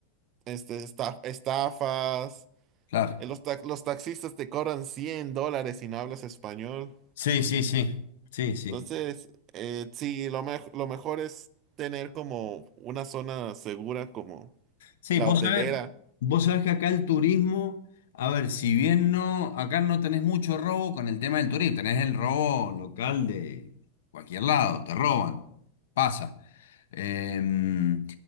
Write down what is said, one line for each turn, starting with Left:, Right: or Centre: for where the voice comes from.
Right: este, esta- estafas.
Left: Claro.
Right: Eh, Los, ta- los taxistas te cobran 100 dólares si no hablas español.
Left: Sí, sí, sí. Sí, sí.
Right: Entonces, eh, sí, lo, mej- lo mejor es tener como una zona segura como
Left: Sí,
Right: la
Left: vos
Right: hotelera.
Left: sabés, vos sabés que acá el turismo, a ver, si bien no, acá no tenés mucho robo con el tema del turismo, tenés el robo local de cualquier lado, te roban, pasa. Em,